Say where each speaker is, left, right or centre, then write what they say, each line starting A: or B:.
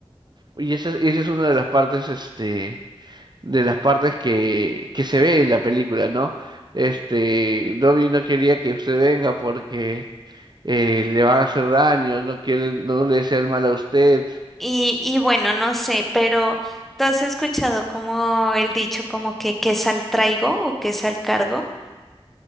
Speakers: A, on the right; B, in the centre.
A: Y esa, esa es una de las partes, este. de las partes que, que se ve en la película, ¿no? Este, Dobby no quería que usted venga porque eh, le van a hacer daño, no quiere, no le desea el mal a usted.
B: Y, y bueno, no sé, pero ¿tú has escuchado como el dicho como que qué sal traigo o qué sal cargo?